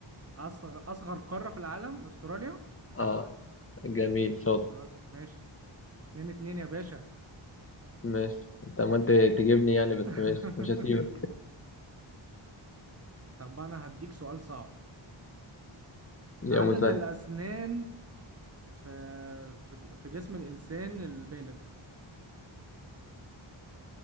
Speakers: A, on the right (about 30°); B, on the left (about 30°).
A: اصغر اصغر قاره في العالم استراليا
B: آه جميل شاطر
A: استراليا ماشي اتنين اتنين يا باشا
B: ماشي أنت عمال تجيبني يعني بس
A: <laughs>
B: ماشي مش هسيبك
A: طب انا هديك سؤال صعب
B: <laughs> يا
A: عدد
B: مسهل
A: الاسنان في في في جسم الانسان البالغ